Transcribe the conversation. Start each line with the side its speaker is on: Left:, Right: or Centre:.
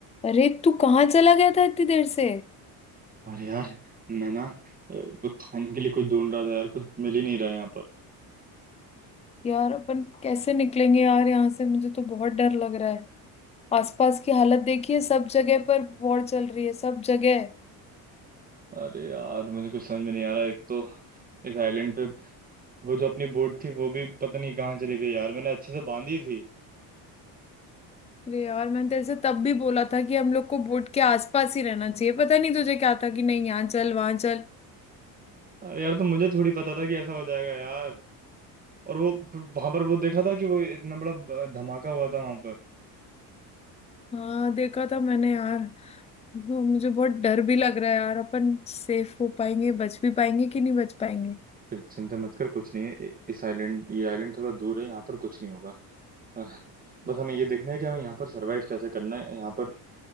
Left: अरे तू कहाँ चला गया था इतनी देर से
Right: अरे यार मैं ना अ, कुछ खाने के लिए कुछ ढूंढ रहा था यार कुछ मिल ही नहीं रहा है यहाँ पर
Left: यार अपन कैसे निकलेंगे यार यहाँ से मुझे तो बहुत डर लग रहा है आसपास की हालत देखिए सब जगह पर वॉर चल रही है सब जगह
Right: अरे यार मुझे कुछ समझ में नहीं आ रहा एक तो इस आइलैंड पे वो जो अपनी बोट थी वो भी पता नहीं कहाँ चली गई यार मैंने अच्छे से बांधी थी
Left: अरे यार मैंने तेरे से तब भी बोला था कि हम लोग को बोट के आसपास ही रहना चाहिए पता नहीं तुझे क्या था कि नहीं यहाँ चल वहां चल
Right: अरे यार तो मुझे थोड़ी पता था कि ऐसा हो जाएगा यार और वो वहां पर वो देखा था कि वो इतना बड़ा अ, धमाका हुआ था वहां पर
Left: हाँ देखा था मैंने यार वो मुझे बहुत डर भी लग रहा है यार अपन सेफ हो पाएंगे बच भी पाएंगे कि नहीं बच पाएंगे
Right: चिं- चिंता मत कर कुछ नहीं है इ- इस आइलैंड ये आइलैंड थोड़ा दूर है यहाँ पर कुछ नहीं होगा अ, बस हमें ये देखना है कि हमें यहाँ पर सरवाइव कैसे करना है यहाँ पर